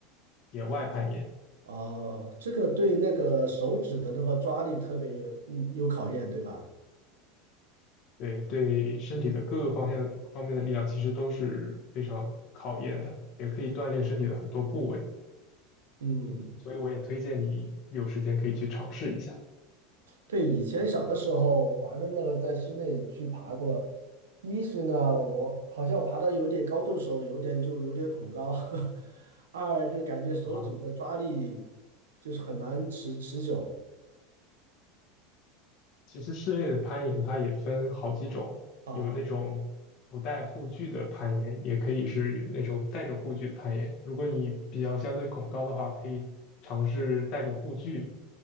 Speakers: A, on the left; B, on the right.
A: 野外攀岩。
B: 哦，这个对那个手指的那个抓力特别有嗯有考验，对吧？
A: 对，对身体的各个方向方面的力量其实都是非常考验的，也可以锻炼身体的很多部位。
B: 嗯。
A: 所以我也推荐你有时间可以去尝试一下
B: 对，以前小的时候玩的那个，在室内去爬过。一是呢，我好像我爬到有点高度的时候，有点就有点恐高；<laughs> 二就感觉手指的抓力
A: 啊。
B: 就是很难持持久
A: 其实室内的攀岩它也分好几种，
B: 啊。
A: 有那种不带护具的攀岩，也可以是那种带着护具的攀岩。
B: 嗯，
A: 如果你比较相对恐高的话，可以尝试带着护具，